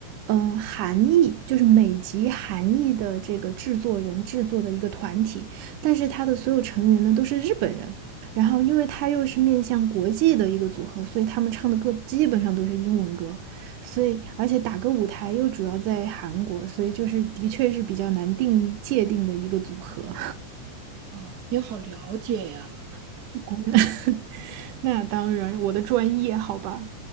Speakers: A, on the right (about 80°); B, on the right (about 65°).
A: 嗯、韩裔，就是美籍韩裔的这个制作人制作的一个团体，但是它的所有成员呢都是日本人，然后因为它又是面向国际的一个组合，所以他们唱的歌基本上都是英文歌，所以而且打歌舞台又主要在韩国，所以就是的确是比较难定义界定的一个组合。<laughs>
B: 哇，你好了解呀！
A: <laughs> 那当然，我的专业好吧。